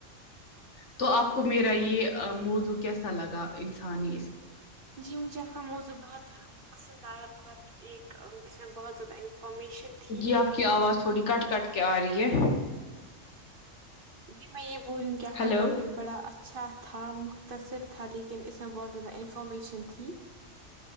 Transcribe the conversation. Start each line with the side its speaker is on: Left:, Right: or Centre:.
Left: تو آپ کو میرا یہ موضوع کیسا لگا انسانی اس
Right: جی مجھے اپ کا موضوع بہت پسند آیا بہت ایک اس میں بہت زیادہ انفارمیشن تھی
Left: جی آپ کی آواز تھوڑی کٹ کٹ کے آ رہی ہے
Right: جی میں یہ بولوں کیا
Left: ہیلو
Right: کیا ٹاپک بڑا ا اچھا تھا مختصر تھا لیکن اس میں بہت زیادہ انفارمیشن تھی